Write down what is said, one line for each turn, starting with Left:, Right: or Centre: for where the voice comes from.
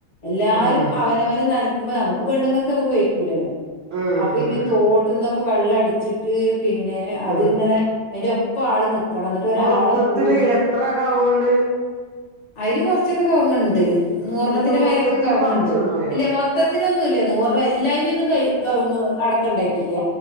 Left: എല്ലാരും
Right: ഉം
Left: അവനവ വന വര്നനക്കുമ്പ നമ്മുക്ക് പെണ്ണുങ്ങക്ക് മ്മുക്ക് വെയ്ക്കൂലല്ലോ
Right: ഉം
Left: അഭിത്
Right: ഉം
Left: തോട്ടുന്ന് വെള്ളടിച്ചിട്ട് പിന്നെ അതിങ്ങനെ
Right: ഉം
Left: അതിന്റെ ഒപ്പ ആള് നി ക്കണം എന്നിട്ട് ഒരാളെ
Right: മൊത്തത്തില്
Left: കൂട്ടിട്ട്
Right: എത്ര കാവുണ്ട്
Left: അയില് കൊറച്ചൊക്കെ കവുങ്ങുണ്ട് നൂറണ്ണത്തിന്റെ
Right: എന്നിട്ട് മൊത്തത്തില്
Left: മേലൊക്കെ കവുങ്ങുണ്ട്
Right: പറിച്ച് കൊണ്ടോയോ
Left: ഇല്ലേ മൊ ത്തിനൊന്നുല്ല നൂറ് എല്ലായ്മേന്നും കഴി കവുങ്ങ് അടക്കണ്ടായിട്ടില്ല